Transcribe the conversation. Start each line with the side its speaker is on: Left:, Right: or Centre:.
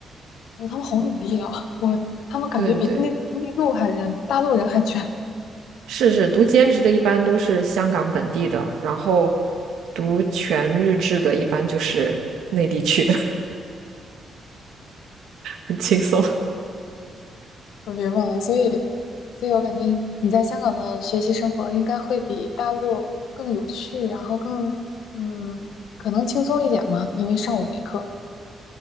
Left: 我他们好努力啊！我他们感觉比内内陆还人，
Right: 对对对。
Left: 大陆人还卷。
Right: 是是，读兼职的一般都是香港本地的，然后读全日制的一般就是内地去的，<laughs> 很轻松。
Left: 我明白了，所以，所以我感觉你在香港的学习生活应该会比大陆更有趣，然后更嗯，可能轻松一点嘛，因为上午没课。